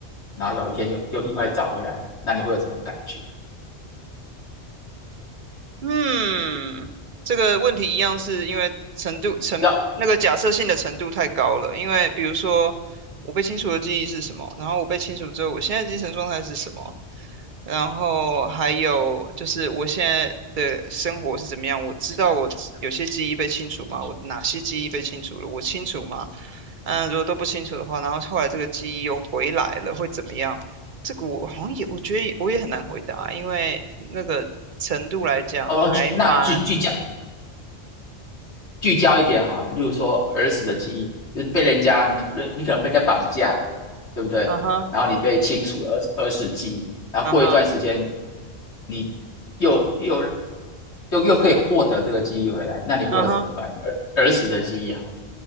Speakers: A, on the left; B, on the right.
A: 然后然后有一天又又意外地找回来了，那你会有什么感觉？你
B: 嗯，这个问题一样是因为程度程那个假设性的程度太高了。
A: 知道
B: 因为比如说，我被清除的记忆是什么？然后我被清除之后，我现在的精神状态是什么？然后还有就是我现在的生活是怎么样？我知道我有些记忆被清除吗？我哪些记忆被清除了？我清楚吗？嗯，如果都不清楚的话，然后后来这个记忆又回来了，会怎么样？这个我好像也，我觉得我也很难回答，因为那个程度来讲还蛮，
A: 哦，具那具具象聚焦一点哈，例如说儿时的记忆，就是被人家你你可能被人家绑架了，对不对？
B: 嗯哼，
A: 然后你被清除了儿儿时记忆，然后过一段时间，
B: 嗯哼，
A: 你又又又又可以获得这个记忆回来，那你会有什么反应？
B: 嗯哼，
A: 儿儿时的记忆好，